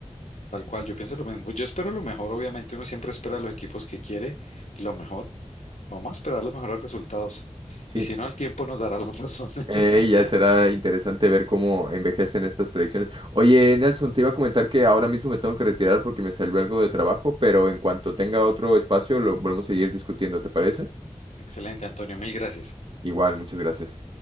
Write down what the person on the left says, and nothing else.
tal cual, yo pienso lo mismo. Yo espero lo mejor, obviamente. Uno siempre espera a los equipos que quiere lo mejor, Vamos a esperar los mejores resultados.
Y si no, el tiempo nos dará la razón. <laughs>
Excelente, Antonio, mil gracias.